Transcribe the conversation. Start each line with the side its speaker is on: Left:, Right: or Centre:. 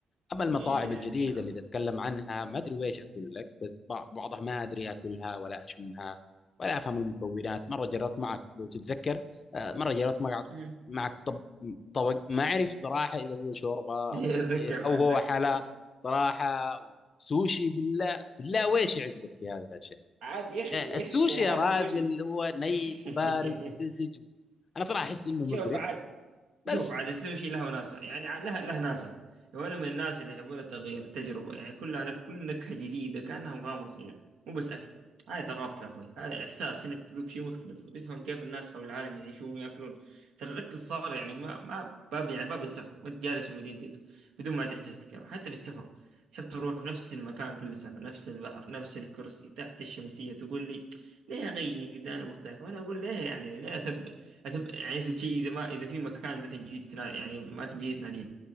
Left: اما المطاعم
Right: إيه
Left: الجديده
Right: يا سلام
Left: اللي تتكلم عنها ما ادري ويش اقول لك بس بع- بعضها ما ادري اكلها ولا اشمها ولا افهم المكونات مره جربت معك لو تتذكر آه، مره جربت معك
Right: أمم.
Left: معك طب طبق ما اعرف صراحه اذا هو شوربه
Right: <laughs>
Left: او
Right: اتذكر
Left: عصير او هو
Right: اتذكر
Left: حلا صراحه سوشي بالله بالله ويش يعجبك في هذه الاشياء
Right: عاد يا اخي
Left: آه، السوشي
Right: <laughs> عاد
Left: يا راجل
Right: السوشي
Left: هو ني
Right: <laughs>
Left: وبارد مزج انا صراحه احس انه مقرف
Right: شوف عاد
Left: بس
Right: شوف عاد يصير شيء له وناسه يعني ع- له له ناسه وانا من الناس اللي يحبون التغيير التجربه يعني كل أنا كل نكهه جديده كانها مغامره صغيره مو بس اكل هاي ثقافه يا اخوي هذا احساس انك تذوق شيء مختلف وتفهم كيف الناس حول العالم يعيشون وياكلون ترى الاكل صار يعني ما ما باب يعني باب السفر وانت جالس في مدينتك بدون ما تحجز تذكره حتى في السفر تحب تروح نفس المكان كل سنه نفس البحر نفس الكرسي تحت الشمسيه تقول لي ليه اغير اذا انا مرتاح وانا اقول ليه يعني ليه اثبت أتب... يعني مثل شيء اذا ما اذا في مكان مثلا جديد تنا... يعني اماكن جديده تناديني